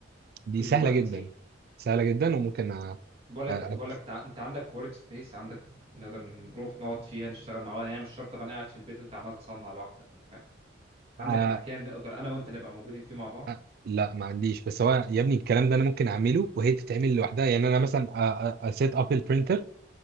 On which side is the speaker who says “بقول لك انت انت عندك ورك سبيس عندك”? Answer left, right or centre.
Right